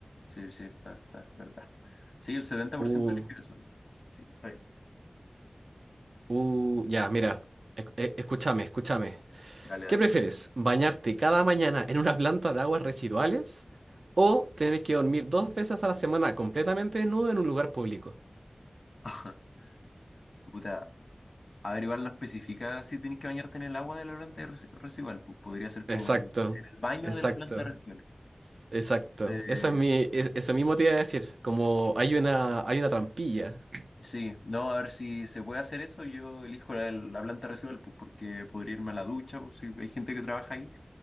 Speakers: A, on the left (about 70°); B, on the right (about 90°).
A: Sí, sí, está, está, es verdad. Sí, el 70%
B: Uh,
A: elige eso. Sí, está bien.
B: uh, ya, mira. Esc- eh, escúchame, escúchame.
A: Dale, dale.
B: ¿Qué prefieres?
A: <laughs>
B: ¿Bañarte cada mañana en una planta de aguas residuales o tener que dormir dos veces a la semana completamente desnudo en un lugar público?
A: Ajá. Puta, a ver, igual no especifica si tienes que bañarte en el agua de la planta de reci- residual. Pues podría ser como
B: Exacto,
A: en en el baño
B: exacto,
A: de la planta residual.
B: exacto.
A: Eh,
B: Eso es mi, e- eso mismo te iba a decir. Como
A: sí,
B: hay una, hay una trampilla.
A: Sí, no, a ver si se puede hacer eso. Yo elijo la, la planta residual, pues, porque podría irme a la ducha, pues, si hay gente que trabaja ahí